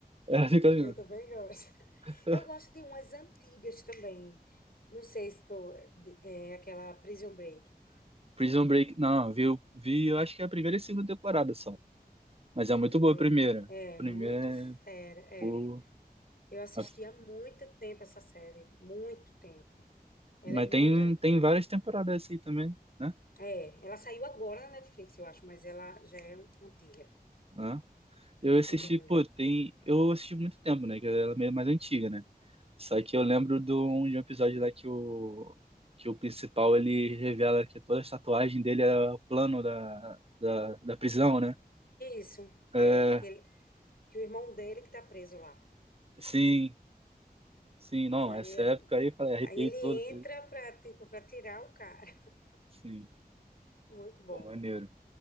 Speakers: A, on the right; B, on the left.
A: É, fica vendo.
B: Eu também gosto.
A: <laughs>
B: Eu gosto de umas antigas também. Não sei se tu. de- É aquela Prison Break.
A: Prison Break, não, vi, vi, eu acho que é a primeira e segunda temporada só. Mas é muito
B: Prison
A: boa
B: Break
A: a primeira.
B: é
A: A
B: muito
A: primeira
B: fera.
A: é
B: É.
A: pô.
B: Eu assisti
A: a-
B: há muito tempo essa série. Muito tempo. Ela
A: mas
B: é muito
A: tem,
B: antiga.
A: tem várias temporadas assim também, né?
B: É, ela saiu agora na Netflix, eu acho, mas ela já é antiga,
A: Né?
B: bem
A: Eu assisti,
B: antigona.
A: pô, tem. Eu assisti muito tempo, né? Que ela é meio mais antiga, né? Só que eu lembro de um, de um episódio lá que o, que o principal ele revela que toda a tatuagem dele é o plano da, da, da prisão, né?
B: Isso,
A: É,
B: é, que, ele- que o irmão dele que tá preso lá.
A: sim, sim, não.
B: Aí,
A: Essa
B: é-
A: época aí, falei, arrepiei
B: aí ele
A: todo.
B: entra pra, tipo, pra tirar o cara. <laughs>
A: Sim,
B: Muito bom.
A: pô, maneiro.